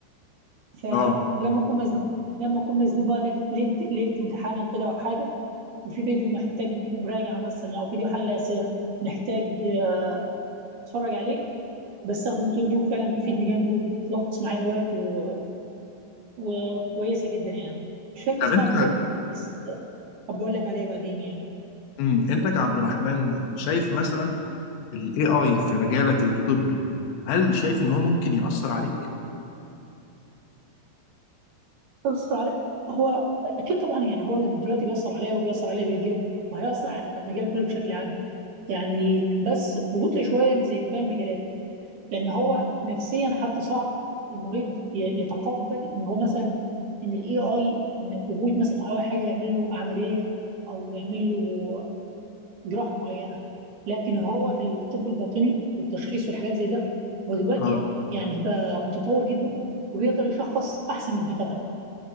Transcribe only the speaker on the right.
فلما
اكون مزنوق لما اكون مزنوق بقى ليل- ليله ليلة امتحان او كده او حاجه وفي فيديو محتاج مراجعه مثلا او فيديو حل اسئله محتاج آه، اتفرج عليه بستخدم التول دي وفعلا بتفيدني جامد وبتلخص معايا الوقت و... وكويسه جدا يعني مش فاكر
اسمها
بالظبط بس أبقى اقول لك عليها بعدين يعني
بيأثر علي هو اكيد طبعا يعني هو دلوقتي بيأثر عليا وبيأثر عليا بالايجاب وهيأثر على المجال كله بشكل عام يعني بس ببطء شويه من زي باقي المجالات لان هو نفسيا حتى صعب المريض ي- يتقبل ان هو مثلا ان الاي اي ان روبوت مثلا او حاجه يعمل له عمليه او يعمل له جراحه معينه لكن هو في الطب الباطني والتشخيص والحاجات زي ده هو دلوقتي
يعني بقى متطور جدا وبيقدر يشخص احسن من الدكاتره